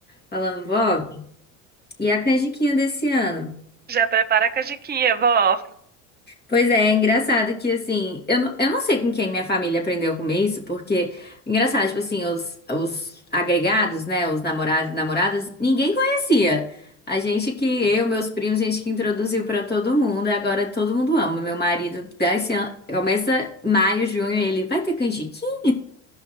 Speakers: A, on the left; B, on the right.
A: falando, vó, e a canjiquinha desse ano?
B: já prepara a canjiquinha, vó.
A: Pois é, é engraçado que assim, eu não, eu não sei com quem minha família aprendeu a comer isso, porque engraçado, tipo assim, os, os agregados, né, os namorados e namoradas, ninguém conhecia. A gente que, eu, meus primos, gente que introduziu pra todo mundo, e agora todo mundo ama. Meu marido dá esse ano, começa maio, junho, ele vai ter canjiquinha?